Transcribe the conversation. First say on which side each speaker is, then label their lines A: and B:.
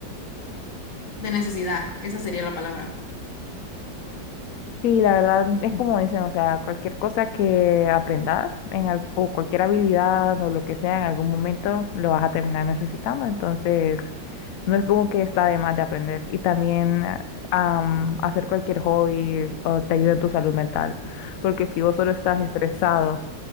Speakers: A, on the left; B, on the left.
A: de necesidad, esa sería la palabra.
B: Sí, la verdad es como dicen, o sea, cualquier cosa que aprendas en al- o cualquier habilidad o lo que sea, en algún momento lo vas a terminar necesitando. Entonces, no es como que está de más de aprender. Y también ah, am, hacer cualquier hobby o te ayuda en tu salud mental. Porque si vos solo estás estresado